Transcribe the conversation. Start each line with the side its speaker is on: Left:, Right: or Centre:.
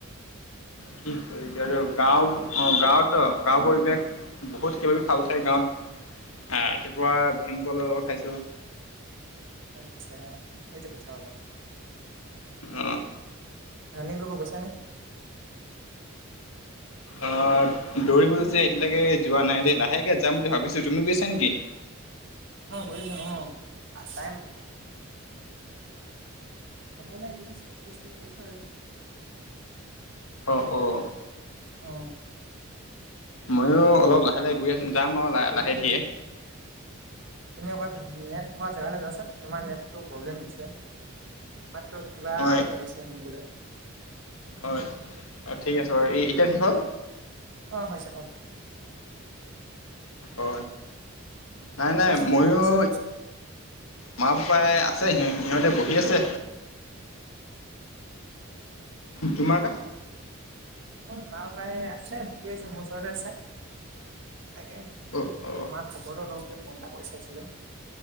Left: কি কৰিবি এতিয়া আৰু গাঁও অ গাঁৱতো গাও পৰিৱেশ বহুত কিবি খাব চাই গাঁৱত আহ, ৰাতিপুৱা ভীমকল অলপ খাইছো।
Right: আচ্ছা সেইটো কথা মানে
Left: আহ
Right: ৰানিং কৰিব গৈছা নে?
Left: আহ দৌৰিবলৈ যে এতিয়ালৈকে যোৱা নাই দেই লাহেকে যাম বুলি ভাবিছো তুমি গৈ আছা নেকি?
Right: অ কৰিছো অ টাইম। বনাই বনাই গৈ আছোঁ পিছতো কৰিছোঁ আৰু
Left: অ অঁ
Right: অ
Left: ময়ো অলপ লাহে লাহে গৈ আছ যাম আৰু লাহে ধীৰে
Right: তুমি অকল জেগালৈ যোৱাচোন তোমাৰ নেটটো প্ৰব্লেম দিছোতো কিবা
Left: হয়
Right: লাগিছে শুনিবলৈ
Left: হয় অ ঠিক আছে বাৰু এই এতিয়া কি হল?
Right: আহ হৈছে ভাল
Left: অ নাই নাই
Right: মা পাপাই
Left: মইয়ো
Right: কি কৈছে
Left: মা পাপাই আছে সিহঁ সিহঁতে বহি আছে। তোমাৰ কা
Right: উ মাৰ পায় আছে। বহি আছো মোৰ ওচৰতে আছে তাকে
Left: অ অ
Right: তোমাৰ খবৰটো ল‌ও বুলি ফোন এটা কৰি চাইছিলো,